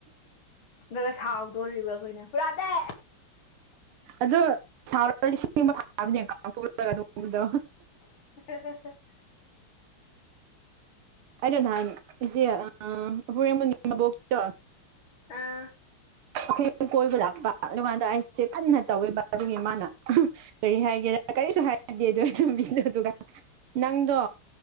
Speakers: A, on the left (about 65°); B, on the right (about 80°).
A: ꯑꯗꯨꯒ ꯁꯥꯎꯗꯧꯔꯤꯕ ꯑꯩꯈꯣꯏꯅ ꯍꯨꯔꯥꯟꯗꯦ
B: ꯑꯗꯣ ꯁꯥꯎꯔꯗꯤ ꯁꯨꯒꯨꯝꯕꯁꯦ ꯐꯥꯕꯅꯦ ꯀꯥꯎꯗꯣꯛꯔꯒ ꯑꯗꯨꯒꯨꯝꯕꯗꯣ
A: <inaudible>
B: ꯑꯩꯅ ꯅꯍꯥꯟ ꯏꯆꯦ ꯑꯥ ꯑꯍꯣꯏꯅꯤ ꯃꯕꯣꯛꯇꯣ
A: ꯑꯥ
B: ꯑꯩꯈꯣꯏ ꯑꯍꯨꯝ ꯀꯣꯏꯕ ꯂꯥꯛꯄ ꯑꯗꯨꯀꯥꯟꯗ ꯑꯩꯁꯦ ꯀꯟꯅ ꯇꯧꯋꯦꯕ ꯑꯗꯨꯒꯤ ꯃꯥꯅ ꯀꯩ ꯍꯥꯏꯒꯦꯔ ꯀꯔꯤꯁꯨ ꯍꯥꯏꯗꯦ ꯑꯗꯨ ꯑꯣꯏꯔꯁꯨ <unintelligible> ꯅꯪꯗꯣ